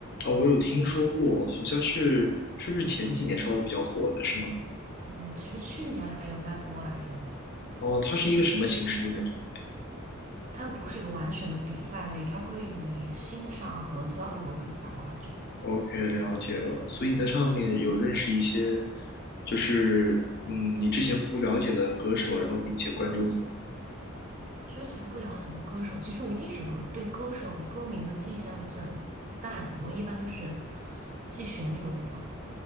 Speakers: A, on the left; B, on the right.
A: 哦，我有听说过，好像是是不是前几年稍微比较火的，是吗？
B: 嗯，其实去年还有在播来着，
A: 哦，它是一个什么形式的音乐综艺啊？
B: 它不是一个完全的比赛类，它会以欣赏和交流为主吧，我感觉。
A: OK，了解了。所以你在上面有认识一些，就是嗯，你之前不了解的歌手，然后并且关注他们，
B: 之前不了解的歌手，其实我一直不对歌手和歌名的印象就很淡，我一般就是记旋律为主。